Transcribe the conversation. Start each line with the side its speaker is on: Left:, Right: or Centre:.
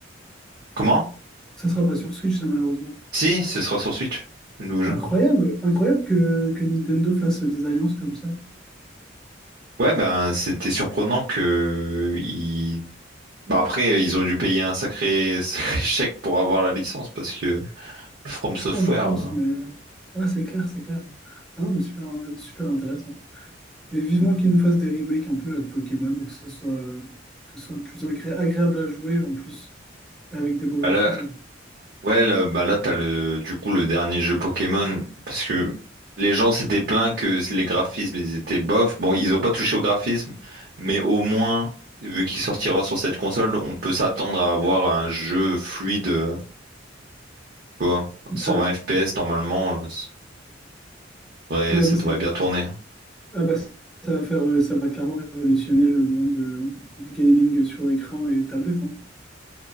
Right: comment?
Centre: Ça sera pas sur Switch, ça, malheureusement.
Right: Si, ce sera sur Switch, le nouveau
Centre: Incroyable,
Right: jeu.
Centre: incroyable que, que Nintendo fasse des alliances comme ça.
Right: Ouais, ben c'était surprenant que ils... bah, après ils ont dû payer un sacré, <laughs> sacré chèque pour avoir la licence parce que From
Centre: Je
Right: Software.
Centre: pense, je pense,
Right: euh,
Centre: mais. Ah, c'est clair, c'est clair. Ah, non, mais super, super intéressant. Mais vivement qu'ils nous fassent des remakes un peu là, de Pokémon et que ce soit, que ce soit plus agré- agréable à jouer en plus, et avec des beaux graphismes.
Right: voilà. Ouais, là, bah là, t'as le, du coup, le dernier jeu Pokémon, parce que les gens s'étaient plaints que les graphismes, ils étaient bof. Bon, ils ont pas touché au graphisme, mais au moins, vu qu'il sortira sur cette console, on peut s'attendre à avoir un jeu fluide, euh, tu vois, 120
Centre: Euh,
Right: FPS, normalement, euh, ça devrait,
Centre: ouais,
Right: ça
Centre: non, c'est
Right: devrait
Centre: que...
Right: bien tourner.
Centre: Ah bah, ça va faire, euh, ça va clairement révolutionner le monde euh, du gaming sur écran et tablette. hein.